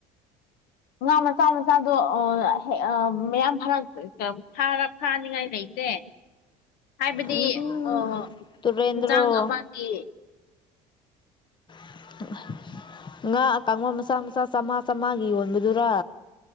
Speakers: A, on the left; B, on the left.
A: ꯉꯥ ꯃꯆꯥ ꯃꯆꯥꯗꯣꯦꯛ ꯃꯌꯥꯝ ꯐꯔ ꯔ ꯐꯥꯅꯤꯡꯉꯥꯏ ꯂꯩꯇꯦ ꯍꯥꯏꯕꯗꯤ
B: ꯎꯝ
A: ꯑꯣ
B: ꯇꯨꯔꯦꯟꯗ꯭ꯔꯣ
A: ꯌꯦꯟꯁꯥꯡ ꯑꯃꯒꯤ
B: ꯑꯗꯨꯒ ꯉꯥ ꯀꯥꯡ ꯃꯆꯥ ꯃꯆꯥ ꯆꯝꯃꯥ ꯆꯥꯝꯃꯉꯥꯒꯤ ꯌꯣꯟꯕꯗꯨꯔ